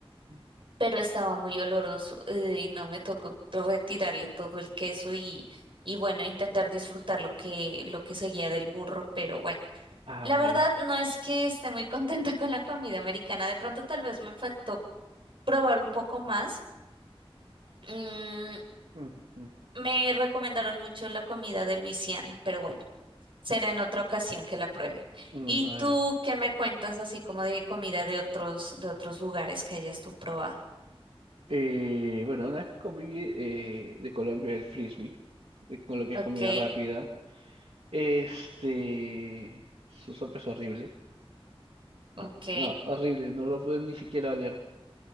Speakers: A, on the right (about 75°); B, on the right (about 55°).
A: Ujú.
B: pero estaba muy oloroso eh, y no me tocó retirarle todo el queso y, y bueno, intentar disfrutar lo que, lo que seguía del burro, pero bueno,
A: Ah,
B: la
A: vale.
B: verdad no es que esté muy contenta <laughs> con la comida americana, de pronto tal vez me faltó probar un poco más. Mm,
A: Ujú.
B: me recomendaron mucho la comida de Luisiana, pero bueno, será en otra ocasión que la pruebe.
A: Mm,
B: ¿Y
A: vale.
B: tú qué me cuentas así como de comida de otros, de otros lugares que hayas tú probado?
A: Eh, bueno, una comida eh, de Colombia, el frisbee, de- con lo que
B: Ok,
A: es comida rápida. Este, su sopa es horrible.
B: ok.
A: No, no, horrible, no lo pude ni siquiera oler.